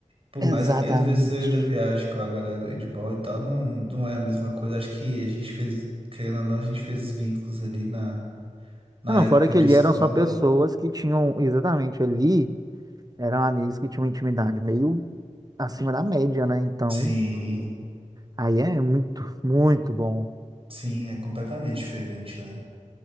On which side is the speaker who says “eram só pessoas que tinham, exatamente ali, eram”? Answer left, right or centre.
Right